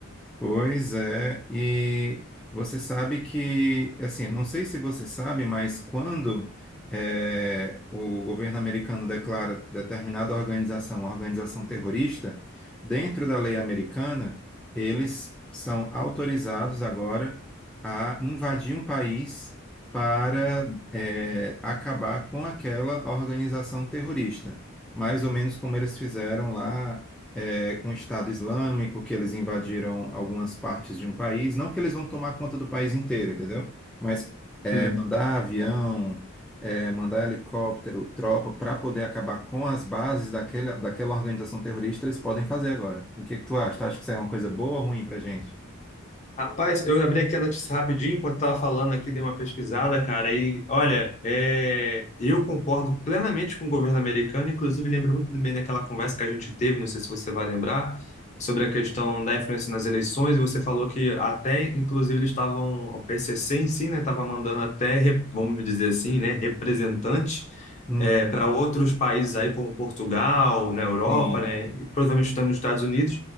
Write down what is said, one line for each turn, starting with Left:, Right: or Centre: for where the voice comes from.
Centre: Pois é, e você sabe que, assim, eu não sei se você sabe, mas quando eh, o governo americano declara determinada organização, uma organização terrorista, dentro da lei americana, eles são autorizados agora a invadir um país para eh, acabar com aquela organização terrorista, mais ou menos como eles fizeram lá é, com o Estado Islâmico, que eles invadiram algumas partes de um país. Não que eles vão tomar conta do país inteiro, entendeu? Mas é,
Left: Hum.
Centre: mandar avião, é, mandar helicóptero, tropa, para poder acabar com as bases daquela, daquela organização terrorista, eles podem fazer agora. O que é que tu acha? Tu acha que isso é uma coisa boa ou ruim pra gente?
Left: Rapaz, eu abri aqui a notícia rapidinho enquanto estava falando aqui, dei uma pesquisada, cara, e olha, é, eu concordo plenamente com o governo americano, inclusive lembro muito bem daquela conversa que a gente teve, não sei se você vai lembrar, sobre a questão da influência nas eleições, e você falou que até, inclusive, eles estavam, o PCC em si, né, estava mandando até, re- vamos dizer assim, né, representante
Centre: Hum,
Left: para outros países aí, como Portugal, na Europa,
Centre: e-
Left: né, e provavelmente também nos Estados Unidos,